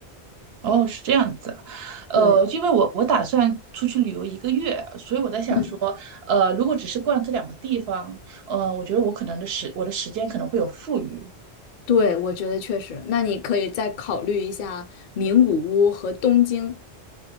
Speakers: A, on the right; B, on the left.
A: 哦，是这样子，呃，
B: 对，
A: 因为我我打算出去旅游一个月，所以我在想说，
B: 嗯，
A: 呃，如果只是逛这两个地方，呃，我觉得我可能的时我的时间可能会有富余。
B: 对，我觉得确实。那你可以再考虑一下名古屋和东京。